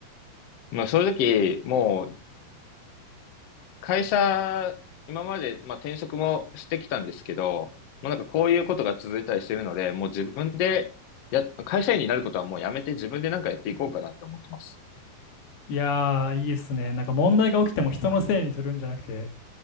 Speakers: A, on the left; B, on the left.
A: まあ正直、もう会社、今までまあ転職もしてきたんですけど、もうなんかこういうことが続いたりしてるので、もう自分でや、会社員になることはもうやめて自分でなんかやっていこうかなって思ってます。
B: いやー、いいですね。なんか問題が起きても人のせいにするんじゃなくて、